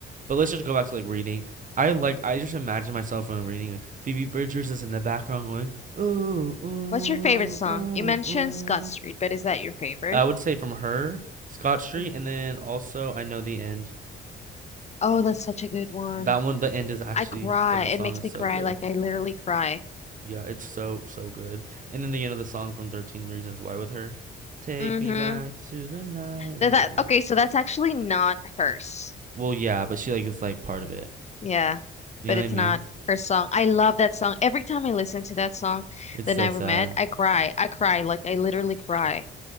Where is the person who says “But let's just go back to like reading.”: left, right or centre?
Right